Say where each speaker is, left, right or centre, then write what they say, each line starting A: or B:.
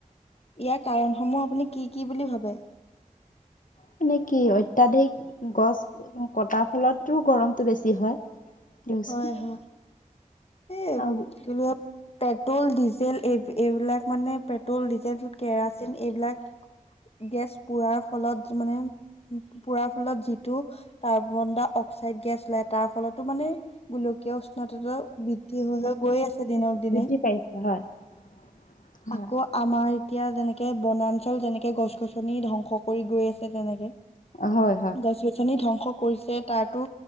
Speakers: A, on the left; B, on the left.
A: ইয়াৰ কাৰণসমূহ আপুনি কি কি বুলি ভাবে?
B: মানে কি অত্যাধিক গছ কটাৰ ফলততো গৰমটো বেছি হয়! দিয়কচোন
A: হয় হয় এই
B: আৰু
A: কি বোলে পেট্ৰল ডিজেল এই এইবিলাক মানে পেট্ৰ'ল, ডিজেল, কেৰাচিন এইবিলাক গেছ পুৰাৰ ফলত মানে পুৰাৰ ফলত যিটো কাৰ্বন দা অক্সাইড গেছ ওলায়, তাৰ ফলতো মানে গোলকীয় উষ্ণতাটো বৃদ্ধি হৈ হৈ গৈ আছে দিনক দিনে।
B: বৃদ্ধি পাইছে হয় <inaudible>
A: আকৌ আমাৰ এতিয়া যেনেকে বনাঞ্চল যেনেকে গছ গছনি ধ্বংস কৰি গৈ আছে তেনেকে।
B: হয়
A: গছ গছনি ধ্বংস কৰিছে তাৰতো